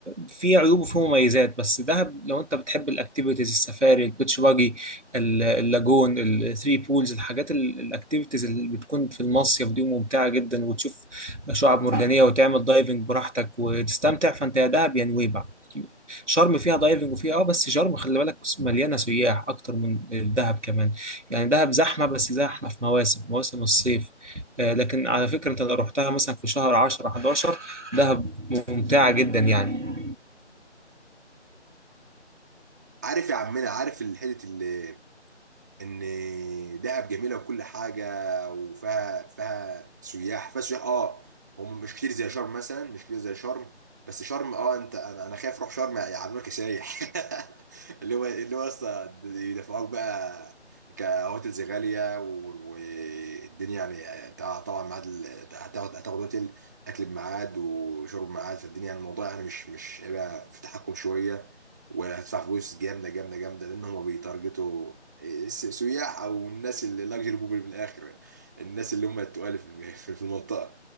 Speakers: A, on the right; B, on the right.
A: في عيوب وفي مميزات بس دهب لو انت بتحب الاكتيفيتيز السفاري البيتش باجي ال- اللاجون الثري بولز الحاجات ال- الاكتيفيتيز اللي بتكون في المصيف دي ممتعه جدا وتشوف شعاب مرجانيه وتعمل دايفنج براحتك وتستمتع فانت يا دهب يا نويبع شرم فيها دايفنج وفيها اه بس شرم خلي بالك مليانه سياح اكتر من دهب كمان يعني دهب زحمه بس زحمه في مواسم مواسم الصيف آه، لكن على فكره انت لو رحتها مثلا في شهر 10 11 دهب ممتعة جدا يعني
B: عارف يا عمنا عارف الحتة اللي ان دهب جميله وكل حاجه وفيها فيها سياح فيها سياح اه هم مش كتير زي شرم مثلا مش كتير زي شرم بس شرم اه انت انا أنا خايف اروح شرم يعاملوك كسايح <laughs> اللي هو اللي هو اصلا يدفعوك بقى كهوتيلز غاليه و- والدنيا يعني تع- طبعا ميعاد ال- هتاخد هتاخد هوتيل اكل بميعاد وشرب بميعاد فالدنيا يعني الموضوع يعني مش مش هيبقى في تحكم شويه وهتدفع فلوس جامده جامده جامده لان هم بيتارجتوا إيه، س- سياح او الناس اللي لاكجري بوبل من الاخر الناس اللي هم التقال في <laughs> في- في المنطقه